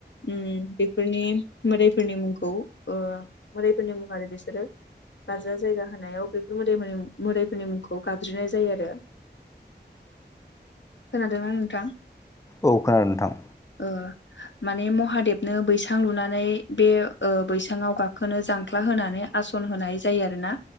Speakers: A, on the left (about 80°); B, on the left (about 15°).
A: उम बेफोरनि मोदायफोरनि मुंखौ ओ मोदायफोरनि मुं आरो बिसोरो। गारजा जायगा होनायाव बेफोर मोदाय मो मोदायफोरनि मुंखौ गाबज्रिनाय जायो आरो खोनादोंना नोंथां?
B: औ खोनादों नोंथां।
A: ओ माने महादेबनो बैसां लुनानै बे ओ बैसाङाव गाखोनो जांख्ला होनानै आसन होनाय जायो आरोना